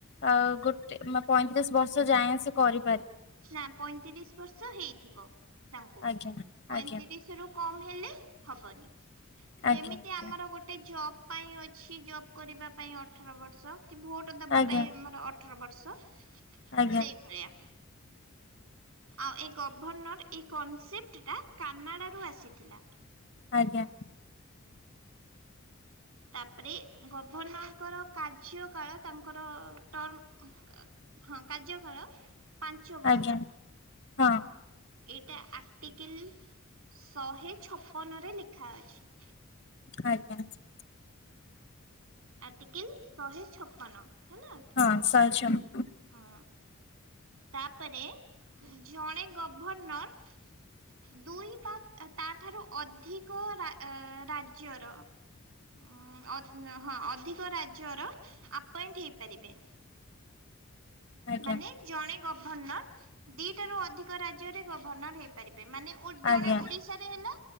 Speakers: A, on the left; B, on the right.
A: ଆ ଗୋଟେ ପଇଁତିରିଶ ବର୍ଷ ଯାଏଁ ସେ କରି
B: ନା ପଇଁତିରିଶ ବର୍ଷ ହେଇଥିବ। ତାଙ୍କୁ
A: ଆଜ୍ଞା
B: ପଇଁତିରିଶ
A: ଆଜ୍ଞା
B: ରୁ କମ ହେଲେ ହବନି। ଯେମିତି
A: ଆଜ୍ଞା
B: ଆମର
A: ଆଜ୍ଞା
B: ଗୋଟେ ଜବ୍ ପାଇଁ ଅଛି ଜବ୍ କରିବା ପାଇଁ ଅଠର ବର୍ଷ। କି ଭୋଟ୍ ଦବା
A: ଆଜ୍ଞା
B: ପାଇଁ ଆମର ଅଠର ବର୍ଷ।
A: ଆଜ୍ଞା
B: ସେଇଭଳିଆ ଆଉ ଏ ଗଭର୍ଣ୍ଣର ଏଇ କନସେପ୍ଟଟା କାନାଡ଼ାରୁ ଆସିଥିଲା।
A: ଆଜ୍ଞା।
B: ତାପରେ ଗଭର୍ଣ୍ଣରଙ୍କର କାର୍ଯ୍ୟ କାଳ ତାଙ୍କର ଟ୍ରମ ହଁ କାର୍ଯ୍ୟ କାଳ ପାଞ୍ଚ ବର୍ଷ।
A: ଆଜ୍ଞା ହଁ।
B: ଏଇଟା ଆର୍ଟିକିଲ୍ ଶହେ ଛପନରେ ଲେଖା ଅଛି।
A: ଆଞ। ଆଜ୍ଞା।
B: ଆ ଟି କିଲ୍ ଶହେ ଛପନ ହେଲା।
A: ହଁ ଶହେ ଛପନ
B: ହଁ ତାପରେ ଜଣେ ଗ ଗଭର୍ଣ୍ଣର ଦୁଇ ବା ତା ଠାରୁ ଅଧିକ ଏକ ରା ରାଜ୍ୟର ଉଁ ଅ ନା ହଁ ଅଧିକ ରାଜ୍ୟର ଆପଏଣ୍ଟ ହେଇପାରିବେ।
A: ଆଜ୍ଞା
B: ମାନେ ଜଣେ ଗବ ଭର୍ଣ୍ଣର ଦିଟାରୁ ଅଧିକ ରାଜ୍ୟରେ ଗଭର୍ଣ୍ଣର ହେଇପାରି ରେ ମାନେ ଓ ଜଣେ
A: ଆଜ୍ଞା
B: ଓଡିଶାରେ ହେଲା